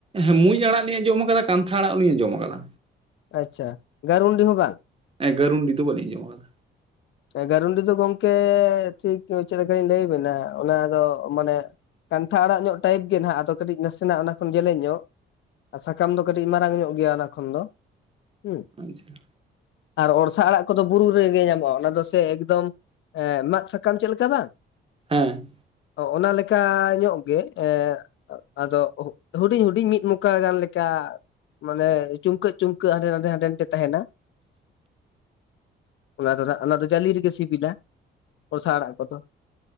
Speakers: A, on the right; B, on the left.
A: ᱦᱮᱸ ᱢᱩᱸᱡ ᱟᱲᱟᱜ ᱞᱤᱧ ᱟᱸᱚᱢ ᱟᱠᱟᱫᱟ ᱠᱟᱱᱛᱷᱟ ᱟᱲᱟᱜ ᱦᱚᱸ ᱞᱤᱧ ᱟᱸᱡᱚᱢ ᱟᱠᱟᱫᱟ
B: ᱟᱪᱪᱷᱟ ᱜᱟᱨᱩᱱᱰᱤ ᱦᱚᱸ ᱵᱟᱝ
A: ᱮ ᱜᱟᱜᱩᱨᱤᱱᱰᱤ ᱫᱚ ᱵᱟᱞᱤᱧ ᱟᱡᱚᱢ ᱠᱟᱫᱟ
B: ᱮᱜᱟᱨᱩᱱᱰᱤ ᱫᱚ ᱜᱚᱝᱠᱮ ᱴᱷᱤᱠ ᱪᱮᱫ ᱞᱮᱠᱟᱧ ᱞᱟᱹᱭ ᱟᱵᱮᱱᱟ ᱚᱱᱟ ᱫᱚ ᱢᱟᱱᱮ ᱠᱟᱱᱛᱷᱟᱲ ᱧᱚᱜ ᱴᱟᱭᱤᱯ ᱜᱮ ᱱᱟᱦᱟᱜ ᱟᱫᱚ ᱠᱟᱹᱴᱤᱡ ᱱᱟᱥᱮᱱᱟᱜ ᱚᱱᱟ ᱠᱷᱚᱱ ᱡᱮᱞᱮᱧ ᱧᱚᱜ ᱥᱟᱠᱟᱢ ᱫᱚ ᱠᱟᱹᱴᱤᱡ ᱢᱟᱨᱟᱝ ᱧᱚᱜ ᱜᱮᱭᱟ ᱚᱱᱟ ᱠᱷᱚᱱ ᱫᱚ ᱦᱩ
A: ᱟᱪᱪᱷᱟ
B: ᱟᱨ ᱚᱲᱥᱟ ᱟᱲᱟᱜ ᱠᱚᱫᱚ ᱵᱩᱨᱩ ᱨᱮᱜᱮ ᱧᱟᱢᱚᱜᱼᱟ <unintelligible> ᱫᱚᱥᱨ ᱮᱠᱫᱚᱢ ᱮᱸ ᱢᱟᱫ ᱥᱟᱠᱟᱢ ᱪᱮᱫ ᱞᱮᱠᱟ ᱵᱟᱝ
A: ᱦᱮᱸ
B: ᱚᱜ ᱚᱱᱟ ᱞᱮᱠᱟ ᱧᱚᱜ ᱜᱮ ᱮᱸᱜ ᱟᱫᱚ ᱦᱩᱰᱤᱧᱼᱦᱩᱰᱤᱧ ᱢᱤᱫ ᱢᱚᱠᱟ ᱜᱟᱱ ᱞᱮᱠᱟ ᱢᱟᱱᱮ ᱪᱩᱢᱠᱟᱹᱜ ᱪᱩᱢᱠᱟᱹᱜ ᱦᱟᱸᱰᱮ ᱱᱟᱰᱮ ᱦᱟᱸᱰᱮ ᱱᱟᱰᱮ ᱛᱟᱦᱮᱸᱱᱟ ᱚᱱᱟ ᱫᱚᱱᱟᱜ ᱚᱱᱟ ᱫᱚ ᱡᱟᱹᱞᱤ ᱨᱮᱜᱮ ᱥᱤᱵᱤᱞᱟ ᱵᱚᱨᱥᱟ ᱟᱲᱟᱜ ᱠᱚᱫᱚ